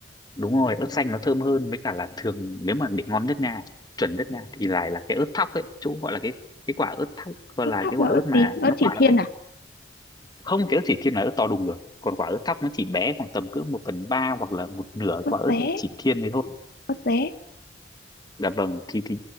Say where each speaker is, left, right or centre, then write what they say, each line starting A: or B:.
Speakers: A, on the left; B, on the left.
A: đúng rồi ớt xanh nó thơm hơn với cả là thường nếu mà để ngon nhất nha chuẩn nhất nha thì lại là cái ớt thóc ấy chỗ gọi là cái cái quả ớt thóc gọi
B: Ớt
A: là
B: thóc
A: cái quả
B: là ớt
A: ớt mà
B: gì? Ớt
A: nó quả
B: chỉ
A: lắm
B: thiên
A: đấy
B: à?
A: không cái ớt chỉ thiên là ớt to đùng rồi còn quả ớt thóc nó chỉ bé khoảng tầm cỡ một phần ba hoặc là một nửa
B: Ớt
A: quả ớt
B: dế,
A: chỉ thiên đấy thôi
B: ớt dế.
A: dạ vâng thì thì